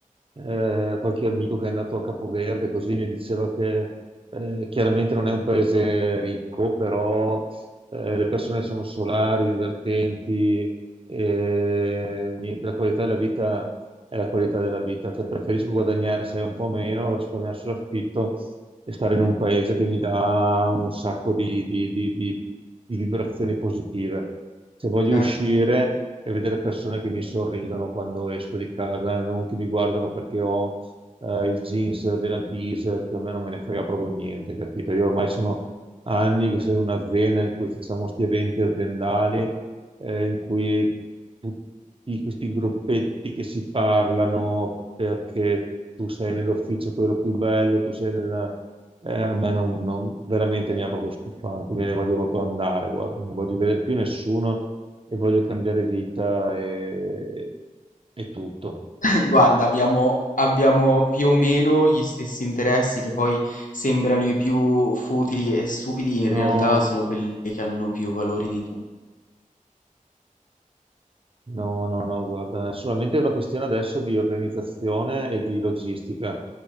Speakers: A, on the right; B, on the left.
A: eh, qualche amico che è andato a Capoverde, così mi diceva che eh, chiaramente non è un paese ricco, però eh, le persone sono solari, divertenti, e niente, la qualità della vita è la qualità della vita, cioè preferisco guadagnare se un po' meno, risparmiare sull'affitto e stare in un paese che mi dà un sacco di, di- di- di- di vibrazioni positive. Se voglio
B: Certo.
A: uscire e vedere persone che mi sorridono quando esco di casa, non che mi guardano perché ho eh, il jeans della Diesel, che a me non me ne frega proprio niente, capito? Io ormai sono anni che sono in un'azienda in cui facciamo questi eventi aziendali eh, in cui tutti questi gruppetti che si parlano perché tu sei nell'ufficio quello più bello, tu sei nella... eh, a me non, non- veramente mi ha proprio stufato, me ne voglio proprio andare, guarda, non voglio vedere più nessuno e voglio cambiare vita e, e tutto.
B: Guarda, abbiamo, abbiamo più o meno gli stessi interessi che poi sembrano i più futili e stupidi, in
A: No,
B: realtà sono quelli che hanno più valore di tutti.
A: No, no, no, guarda, è solamente una questione adesso di organizzazione e di logistica.